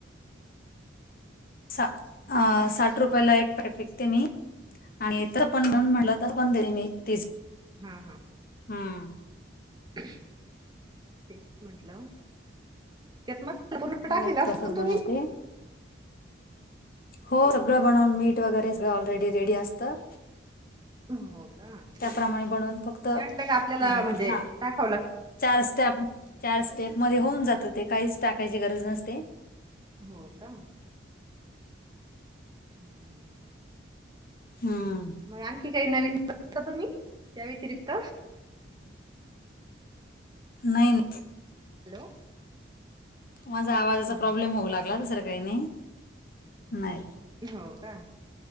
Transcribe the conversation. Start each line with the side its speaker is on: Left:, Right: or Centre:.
Left: सा आ, साठ रुपयाला एक पॅक विकते मी आणि इथं बनवून म्हणलं तर. बनवून देईन मी तीस.
Right: हम हम,
Left: हम,
Right: <inaudible> ते म्हंटलं त्यात मस् पूर्ण
Left: हो
Right: टाकला
Left: तसच
Right: असण तुम्ही.
Left: बनवते हो सगळं बनवून मीट वगैरे सळं ऑलरेडी रेडी असतं.
Right: हो का हम,
Left: त्याप्रमाणे
Right: ते
Left: बनवून फक्त
Right: असलं का आपल्याला
Left: हम्म
Right: म्हंजे
Left: हा
Right: टाकाव लागत.
Left: चार स्टॅप चार स्टेप मध्ये होऊन जात ते काहीच टाकायची गरज नसते.
Right: हो का, हम,
Left: ह,
Right: मग आणखी काही नवीन बता तुम्ही त्या व्यतिरिक्त.
Left: नाही ना,
Right: हॅलो
Left: माझा आवाजाचा
Right: नाही
Left: प्रॉब्लेम
Right: का
Left: होऊ लागला दुसर काही नाही, नाही.
Right: हो का